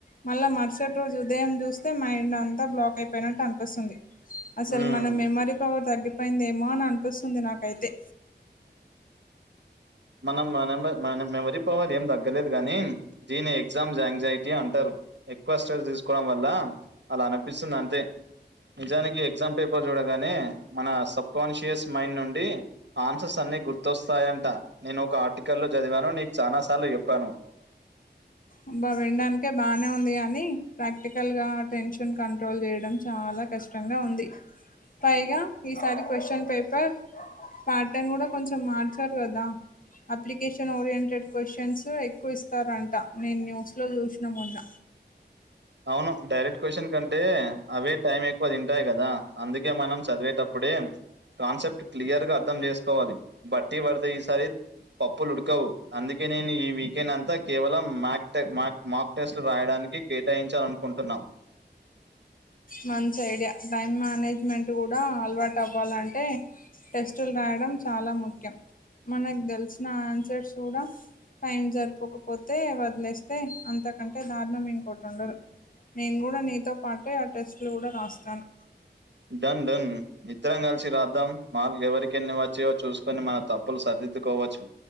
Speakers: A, on the left; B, on the right.
A: మళ్ళా మరుసటి రోజు ఉదయం చూస్తే మైండ్ అంతా బ్లాక్ అయిపోయినట్టు అనిపిస్తుంది అసలు
B: మ్మ్.
A: మన మెమరీ పవర్ తగ్గిపోయిందేమో అని అనిపిస్తుంది నాకైతే
B: మన మన మన మెమరీ పవర్ ఏం తగ్గలేదు గాని దీని ఎగ్జామ్స్ ఎయాంగ్జైటీ అంటారు ఎక్కువ స్ట్రెస్ తీసుకోవడం వల్ల అలా అనిపిస్తుంది అంతే నిజానికి ఎగ్జామ్ పేపర్ చూడగానే మన సబ్కాన్షియస్ మైండ్ నుండి ఆన్సర్స్ అన్ని గుర్తొస్తాయంట నేను ఒక ఆర్టికల్లో చదివాను నీకు చాలా సార్లు చెప్పాను
A: అబ్బా వినడానికే బాగానే ఉంది అని ప్రాక్టికల్ గా టెన్షన్ ట్రోల్ చేయడం చాలా కష్టంగా ఉంది పైగా ఈసారి క్వశ్చన్ పేపర్ పాయటన్ కూడా కొంచం మార్చారు కదా అప్లికేషన్ ఓరియంటెడ్ క్వశ్చన్స్ ఎక్కువ ఇస్తారంట నేను న్యూస్ లో చూసినా మొన్న
B: అవును డైరెక్ట్ క్వ్చన్ కంటే అవే టైం ఎక్కువ తింటాయి కదా అందుకే ఇగ మనం చదివేటప్పుడే కాన్సెప్ట్ క్లియర్ గా అర్థం చేసుకుం కోవాలి బట్టి పడితే ఈసారి పప్పులు ఉడకవు అందుకే నేను ఈ వీకెండ్ అంతా కేవలం మ్యాట్ మ్యా మాక్ టెస్ట్లు రాయడానికి కేటాయించాలనుకుంటున్నా
A: మంచి ఐడియా టైం మేనేజ్మెంట్ కూడా అలవాటు అవ్వాలంటే టెస్టులు రాయడం చాలా ముఖ్యం మనకు తెలిసిన ఆన్సర్స్ కూడా టైం సరిపోకపోతే వదిలేస్తే అంతకంటే దారుణం ఇంకోటి ఉండదు నేను కూడా నీతో పాటే ఆ టెస్ట్లు కూడా రాస్తాను
B: ధన్ ధన్ ఇద్దరం కలిసి రాద్దాం మార్కులు ఎవరికి ఎన్ని వచ్చాయో చూసుకొని మన తప్పులు సరిదిద్దుకోవచ్చు